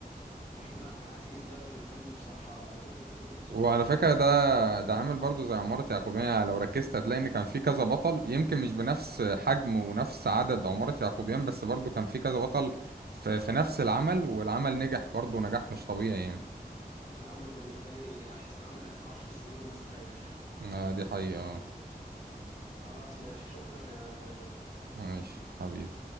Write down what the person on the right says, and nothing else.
وعلى
فكرة ده ده عامل برضه زي عمارة يعقوبيان يعني لو ركزت هتلاقي ان كان في كذا بطل يمكن مش بنفس حجم ونفس عدد عمارة يعقوبيان بس برضه كان في كذا بطل في, في نفس العمل والعمل نجح برضه نجاح مش طبيعي يعني
آه، دي حقيقة آه،
ماشي حبيبي